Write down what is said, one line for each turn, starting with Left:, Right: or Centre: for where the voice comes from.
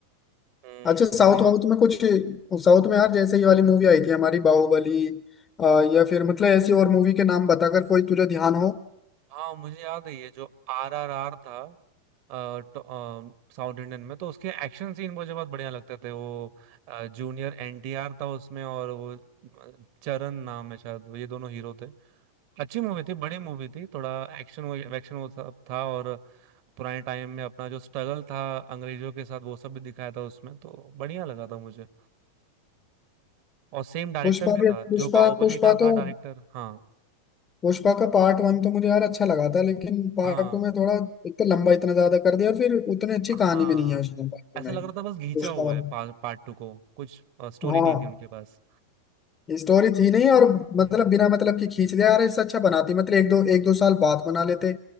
Right: हम्म
Left: अच्छा साउथ
Right: नहीं
Left: वाउथ में कुछ साउथ में यार जैसे ये वाली मूवी आई थी हमारी बाहुबली अ, या फिर मतलब ऐसी और मूवी के नाम बताकर कोई तुझे ध्यान हो
Right: हाँ मुझे याद है ये जो आर आर आर था साउथ इंडियन में तो उसके एक्शन सीन मुझे बहुत बढ़िया लगते थे वो जूनियर एनटीआर था उसमें और वो अ, चरण नाम है शायद ये दोनों हीरो थे अच्छी मूवी थी बड़ी मूवी थी थोड़ा एक्शन एक्शन वो सब था और पुराने टाइम में अपना जो स्ट्रगल था अंग्रेजों के साथ वो सब भी दिखाया था उसमें तो बढ़िया लगा था मुझे और सेम डायरेक्टर
Left: पुष्पा
Right: भी
Left: भी
Right: था
Left: पुष्पा
Right: जो बाहुबली
Left: पुष्पा
Right: का था
Left: तो
Right: डायरेक्टर हाँ
Left: पुष्पा का पार्ट वन तो मुझे यार अच्छा लगा था लेकिन पार्ट
Right: हाँ
Left: टू में थोड़ा एक तो लंबा इतना ज्यादा कर दिया और फिर उतनी अच्छी
Right: हाँ
Left: कहानी भी नहीं है उसमें पार्ट टू
Right: ऐसा
Left: में
Right: लग रहा था बस घींचा
Left: पुष्पा
Right: हुआ
Left: वाला
Right: है पार्ट टू को कुछ स्टोरी
Left: हाँ
Right: नहीं थी उनके पास
Left: स्टोरी थी नहीं और
Right: हम्म
Left: मतलब बिना मतलब की खींच दिया यार इससे अच्छा बनाती मतलब एक दो एक दो साल बाद बना लेते